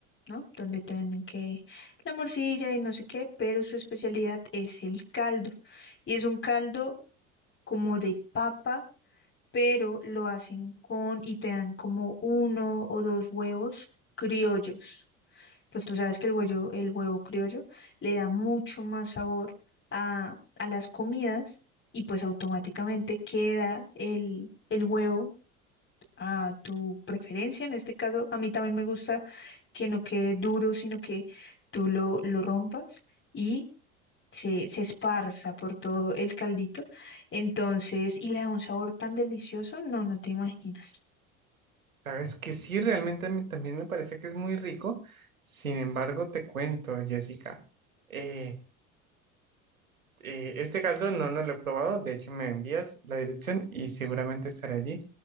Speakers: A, on the left; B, on the right.
A: ¿no? Donde te venden que la morcilla y no sé qué, pero su especialidad es el caldo. Y es un caldo como de papa, pero lo hacen con y te dan como uno o dos huevos criollos. Pues tú sabes que el huevo, el huevo criollo le da mucho más sabor a, a las comidas y pues automáticamente queda el, el huevo a tu preferencia. En este caso, a mí también me gusta que no quede duro, sino que tú lo, lo rompas y se, se esparza por todo el caldito. Entonces, y le da un sabor tan delicioso, no, no te imaginas.
B: Sabes que sí, realmente a mí también me parece que es muy rico. Sin embargo, te cuento, Jessica. eh, Eh, este caldo no, no lo he probado, de hecho me envías la dirección y seguramente estaré allí.